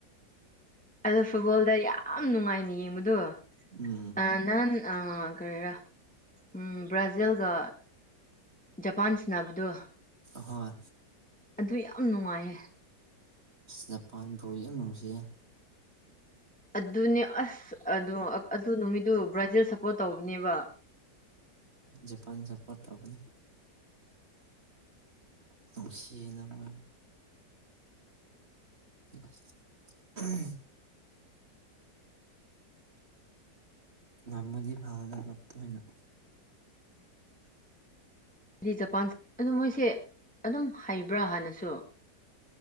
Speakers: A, in the centre; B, on the right.
A: ꯑꯗꯣ ꯐꯨꯠꯕꯣꯜꯗ ꯌꯥꯝ ꯅꯨꯡꯉꯥꯏꯅ ꯌꯦꯡꯕꯗꯣ
B: ꯎꯝ
A: ꯑꯅꯥꯜ ꯑꯥ ꯀꯔꯤꯔꯥ ꯎꯝ ꯕ꯭ꯔꯥꯖꯤꯜꯒ ꯖꯄꯥꯥꯟꯁ ꯁꯥꯟꯅꯕꯗꯣ
B: ꯍꯣꯢ
A: ꯑꯗꯨ ꯌꯥꯝ ꯅꯨꯡꯉꯥꯏꯌꯦ
B: ꯖꯄꯥꯟ ꯕꯣꯜ ꯌꯥꯝ ꯅꯨꯡꯁꯤꯌꯦ
A: ꯑꯗꯨꯅꯦ ꯑꯁ ꯑꯗꯨ ꯅꯨꯃꯤꯠꯇꯨ ꯕ꯭ꯔꯥꯖꯤꯜ ꯁꯞꯄꯣꯔꯠ ꯇꯧꯕꯅꯦꯕ
B: ꯖꯄꯥꯟ ꯁꯄꯣꯔꯠ ꯇꯧꯕꯅꯦ ꯅꯨꯡꯁꯤꯅ ꯃꯣꯢ <unintelligible> ꯉꯝꯃꯗꯤ ꯐꯒꯗꯕ ꯃꯣꯏꯅ
A: ꯍꯥꯏꯗꯤ ꯖꯄꯥꯟ ꯑꯗꯨ ꯃꯣꯏꯁꯦ ꯑꯗꯨꯝ ꯍꯩꯕ꯭ꯔꯥ ꯍꯥꯟꯅꯁꯨ